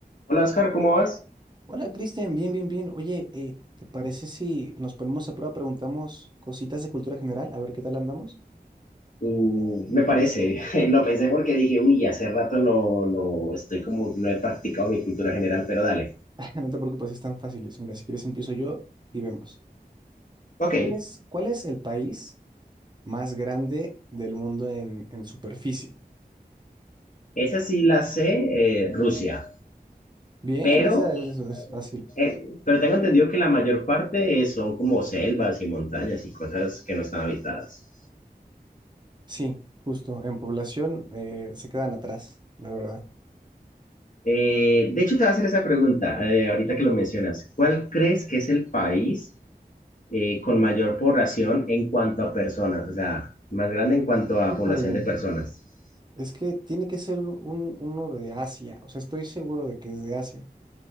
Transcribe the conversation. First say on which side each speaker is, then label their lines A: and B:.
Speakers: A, on the left; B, on the right.
A: Hola Oscar, ¿cómo vas?
B: Hola Cristian, bien, bien, bien. Oye, eh, ¿te parece si nos ponemos a prueba, preguntamos cositas de cultura general, a ver qué tal andamos?
A: Mm, me parece, <laughs> lo pensé porque dije, uy, hace rato no, no estoy como, no he practicado mi cultura general, pero dale.
B: <laughs> No te preocupes, están fáciles. Mira, si quieres empiezo yo y vemos.
A: Ok,
B: ¿Cuál es, cuál es el país más grande del mundo en, en superficie?
A: esa sí la sé, eh, Rusia,
B: Bien,
A: pero,
B: esa es, es fácil.
A: eh, pero tengo entendido que la mayor parte eh, son como selvas y montañas y cosas que no están habitadas.
B: Sí, justo, en población eh, se quedan atrás, la verdad.
A: Eh, de hecho, te voy a hacer esa pregunta, eh, ahorita que lo mencionas. ¿Cuál crees que es el país eh, con mayor población en cuanto a personas? O sea, más grande en cuanto a
B: Híjole,
A: población de personas.
B: es que tiene que ser un, uno de Asia, o sea, estoy seguro de que es de Asia.